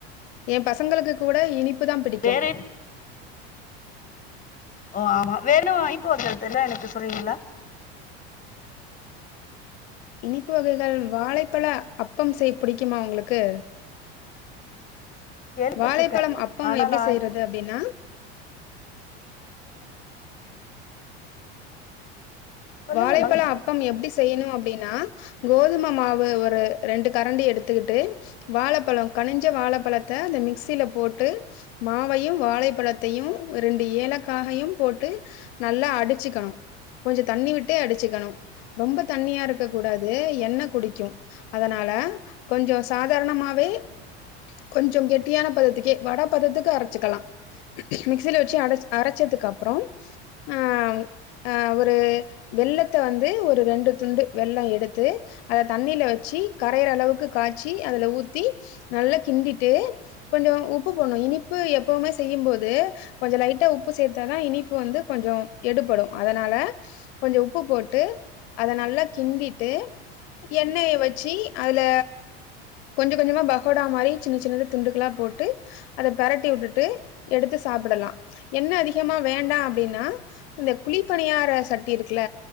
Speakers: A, on the left; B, on the left.
A: உ பசங்களுக்கு கூட இனிப்புதா பிடிக்கு
B: வேற என் ஓ ஆமா வேனோ <unintelligible> எனக்கு சொல்னீங்களா
A: இனிப்பு வகைகள் வாழைப்பழ அப்பம் செய்ய புடிக்குமா உங்களுக்கு
B: கேள்விப்பட்டிருக்கே
A: வாழைப்பழம் அப்பம்
B: ஆனா
A: எப்டி
B: நா
A: செய்றது அப்டின்னா
B: சொல்லுங்க
A: வாழைப்பழ
B: நானு
A: அப்பம் எப்டி செய்யணு அப்டினா கோதும மாவு ஒரு ரெண்டு கரண்டி எடுத்துக்குட்டு வாழப்பழோ கனிஞ்ச வாழப்பழத்த அந்த மிக்சியில போட்டு மாவையு வாழைப்பழத்தையு ரெண்டு ஏலக்காகையும் போட்டு நல்லா அடிச்சுக்கணு கொஞ்சோ தண்ணி விட்டே அடிச்சுக்கணு ரொம்ப தண்ணியா இருக்க கூடாது எண்ணெ குடிக்கு அதனால கொஞ்சோ சாதாரணமாவே கொஞ்சோ கெட்டியான பதத்துக்கே வட பதத்துக்கு அரச்சுக்கலா மிக்சில வச்சு அடச் அரச்சதுக்கு அப்றம் அ அ ஒரு வெல்லத்த வந்து ஒரு ரெண்டு துண்டு வெல்லோ எடுத்து அத தண்ணீல வச்சு கரையுற அளவுக்கு காய்ச்சி அதுல ஊத்தி நல்லா கிண்டிட்டு கொஞ்சோ உப்பு போட்னோ இனிப்பு எப்போமே செய்யும்போது கொஞ்சோ லைட்டா உப்பு சேத்ததா இனிப்பு வந்து கொஞ்சோ எடுபடு அதனால கொஞ்சோ உப்பு போட்டு அத நல்லா கிண்டிட்டு எண்ணெய வச்சு அதுல கொஞ்சோ கொஞ்சமா பகோடா மாரி சின்ன சின்னத துண்டுகல்லா போட்டு அத பெரட்டி வுட்டுட்டு எடுத்து சாப்புடலா எண்ணெ அதிகமா வேண்டா அப்டின்னா இந்த குழிப்பணியார சட் இருக்குல